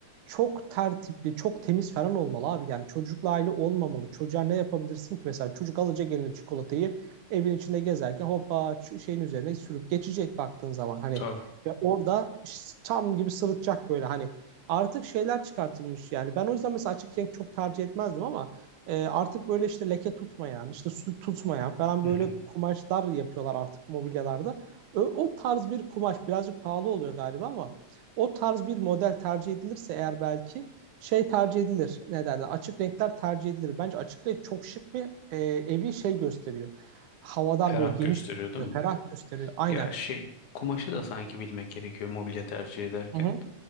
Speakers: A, on the right; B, on the left.
A: çok tertipli, çok temiz falan olmalı abi. Yani çocukla aile olmamalı. Çocuğa ne yapabilirsin ki? Mesela çocuk alacak eline çikolatayı evin içinde gezerken hoppa şeyin üzerine sürüp geçecek baktığın zaman. Hani
B: Tabii.
A: ve orada tam gibi sırıtacak böyle hani artık şeyler çıkartılmış yani. Ben o yüzden mesela açık renk çok tercih etmezdim ama e, artık böyle işte leke tutmayan, işte su tutmayan falan
B: Hı
A: böyle
B: hı.
A: kumaşlar yapıyorlar artık mobilyalarda. Ö- o tarz bir kumaş birazcık pahalı oluyor galiba ama o tarz bir model tercih edilirse eğer belki şey tercih edilir. Ne derler? Açık renkler tercih edilir. Bence açık renk çok şık bir e, evi şey gösteriyor. Havadar
B: Ferah
A: böyle geniş
B: gösteriyor
A: gösteriyor,
B: değil mi?
A: ferah gösteriyor. Aynen.
B: Ya şey kumaşı da sanki bilmek gerekiyor mobilya tercih ederken.
A: Hı hı.